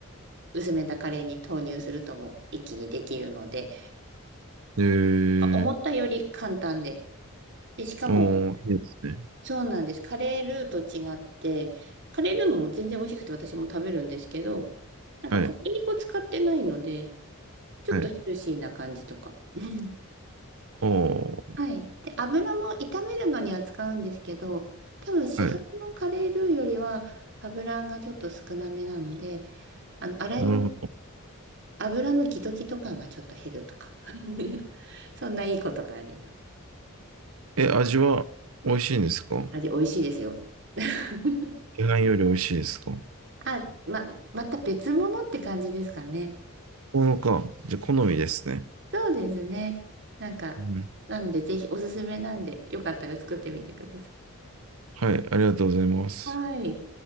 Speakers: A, on the right; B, on the right.
A: 薄めたカレーに投入するとも一気にできるので、
B: へえー。
A: なんか思ったより簡単で。で、しかも、
B: ああ、いいですね。
A: そうなんです。カレールーと違って、カレールーも全然美味しくて私も食べるんですけど、なんか小麦粉使ってないので、
B: はい。
A: ちょっとヘルシーな感じとか。
B: はい。
A: うん
B: ああ。
A: はい。で、油も炒めるのには使うんですけど、多分市販のカレールーよりは油がちょっと少なめなので、
B: はい。
A: あの、洗い物
B: なるほど。
A: 油のギトギト感がちょっと減るとか。<laughs> そんないいことがあります。
B: え、味は美味しいんですか
A: 味美味しいですよ。<laughs>
B: 市販より美味しいですかも
A: あ、ま、また別物って感じですかね。
B: のか。じゃあ、好みですね。
A: そうですね。なんか、
B: うん。
A: なのでぜひおすすめなんで、よかったら作ってみてください。
B: はい。ありがとうございます。
A: はい。